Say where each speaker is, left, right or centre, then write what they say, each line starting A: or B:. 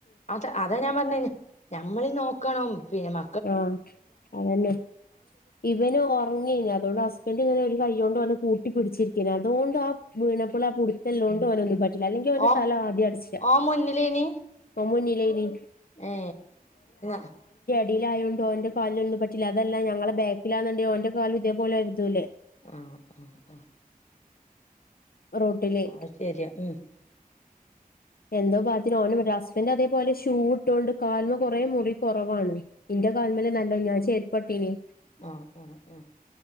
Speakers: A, on the left (about 50°); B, on the left (about 75°).
A: അത അതാ ഞാൻ പറഞ്ഞ ഞമ്മളീ നോക്കണം പിന്നെ മ
B: ആ അതന്നെ ഇവന് ഉറങ്ങെന് അതുകൊണ്ട് ഹസ്ബൻഡ് ഇങ്ങനെ ഒരു കൈയ്യോണ്ട്. കൂട്ടിപ്പിടിച്ചിരിക്കേനി അതുകൊണ്ട് ആ വീണപ്പിള ആ പുടുത്തല്ലോണ്ട് ഓനൊന്നു പറ്റി ല്ലാ അല്ലെങ്കി ഓന്റെ
A: ഓ
B: തല ആദ്യ അടിച്ചാ
A: ഓ മുന്നിലേനി
B: ഓ മ്മുന്നിലേനി
A: ഏ <unintelligible>
B: ടിയിലായോണ്ടോ ഓന്റെ കാലിലൊന്നും പറ്റില്ല അതല്ല ഞങ്ങളെ ബാക്കിലാന്നണ്ടേ ഓന്റെ കാലും ഇതേ പോലെ ഒരദൂലെ.
A: ആ ആ ആ
B: റോട്ടിലെ
A: അത് ശരിയാ ഉം
B: എന്തോ ഭാഗ്യത്തിന് ഓന് <unintelligible> ഹസ്ബൻഡറ് അതേപോലെ ഷൂട്ടൊണ്ട് കാൽമ കുറേ മുറി കുറവാണ് ഇന്റെ കാൽമ്മല് നല്ലോ ഞാൻ ചെരി പ്പാട്ടീ നേ
A: ആ ആ ആ